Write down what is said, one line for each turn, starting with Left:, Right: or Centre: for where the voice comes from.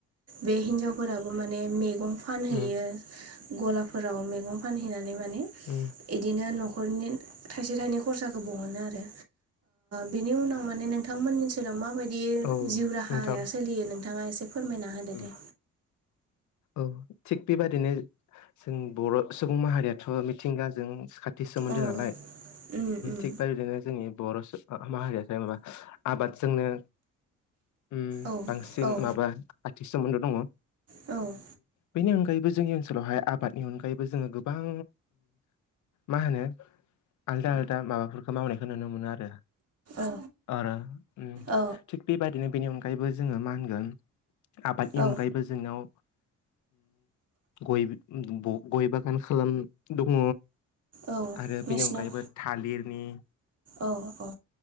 Right: बे हिनजावफोराबो माने मैगं फानहैयो
Left: उम
Right: गलाफोराव मैगं फानहैनानै माने
Left: उम
Right: एदिनो न'खरनि थाइसे थाइनै खरसाखौ बहनो आरो बेनि उनाव माने नोंथांमोननि ओनसोलाव माबायदि
Left: औ
Right: जिउ राहाया
Left: नोंथां
Right: सोलियो नों नोंथाङा एसे फोरमायना होदो
Left: उम
Right: दे
Left: औ थिग बेबादिनो जों बर' सुबुं माहारियाथ' मिथिंगाजों खाथि सोमोन्दों
Right: औ
Left: नालाय
Right: उम उम
Left: थिग बे बिदिनो जोंनि बर' माहारिया माबा आबादजोंनो उ
Right: औ
Left: बांसिन
Right: औ
Left: माबा खाथि सोमोन्दो दङ
Right: औ
Left: बेनि अनगायैबो जोंनि ओनसोलावहाय आबादनि अनगायैबो जोङो गोबां मा होनो आलदा आलदा माबाफोरखौ मावनायखौ नुनो मोनो आरो
Right: औ
Left: आरो उम
Right: औ
Left: थिक बेबाय बिदिनो बेनि अनगायैबो जोङो मा होनगोन आबादनि
Right: औ
Left: अनगायैबो जोंनाव गय गय बागान खालाम दङ
Right: औ
Left: आरो
Right: नोंसिनाव
Left: बेनि अनगायैबो थालिरनि
Right: औ अ